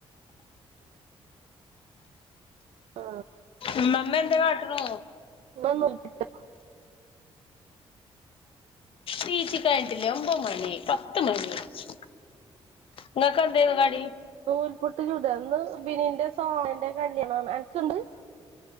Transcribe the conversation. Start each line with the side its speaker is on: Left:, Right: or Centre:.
Right: ആ
Left: ഉമ്മാമ്മ എന്താ കാട്ടുണു?
Right: മ്മ മ്മ <unintelligible>
Left: നീ ച്ചി കഴിഞ്ട്ടില്ലേ ഒമ്പഹ് മണിആയി പത്ത് മണിയായി. നിങ്ങക്കെന്തേനി കടി?
Right: നൂൽപുട്ട് ചുടാ ഇന്ന് ബിനീന്റെ സോനന്റെ കല്യാണാണ് അൻക്ക്ണ്ട്?